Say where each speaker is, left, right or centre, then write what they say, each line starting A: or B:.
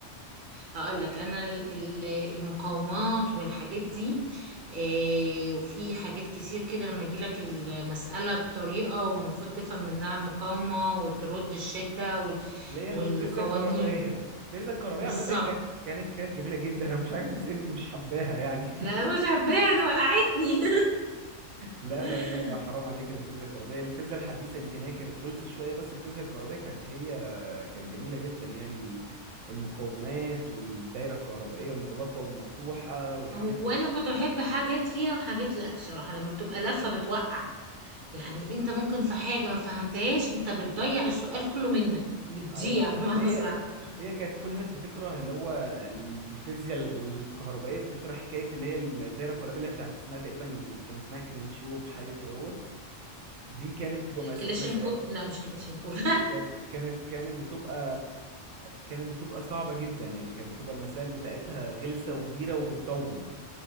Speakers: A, on the right (about 45°); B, on the right (about 80°).
A: هقول لك انا ال- ال- المقاومات والحاجات دي إيه وفي حاجات كتير كده لما يجي لك المساله بطريقه ومفروض تفهم منها المقاومه وترد الشده وال-
B: اللي هي
A: والقوانين
B: الفيزياء الكهربائية الفيزياء الكهربائية
A: بالظبط
B: عامة كانت كانت كانت جميلة جدا انا مش عارف ازاي انت مش حباها يعني
A: لا
B: <laughs>
A: مش حباها انا وقعتني
B: لا
A: <laughs>
B: لا لا لا حرام عليك الفيزياء الكهربائية الفيزياء الحديثة يمكن هي كانت غلسة شوية بس الفيزياء الكهربائية كانت هي كانت جميلة جدا يعني ال- المقاومات والدايرة الكهربائية المغلقة والمفتوحة والحاجات
A: هو
B: ال...
A: انا كنت بحب حاجات فيها وحاجات لا بصراحة لما بتبقى لفة بتوقع يعني انت ممكن في حاجة ما فهمتهاش انت بتضيع السؤال كله منك بتضيع
B: ايوه ايوه
A: بمعنى
B: فما هي
A: صح
B: هي كانت كل الناس بتكره اللي هو ال- في الفيزياء الكهربائية بتطرح حكاية اللي هي الدايرة الكهربائية اللي هي بتاعت اسمها تقريبا كان اسمها كرينشوف حاجة كده هوت دي كانت بتبقى
A: كلاشينكو
B: مسائل
A: لا مش كلاشينكو <laughs>
B: ك- كانت كانت بتبقى كانت بتبقى صعبة جدا يعني كانت بتبقى المسائل بتاعتها غلسة وكبيرة وبتطول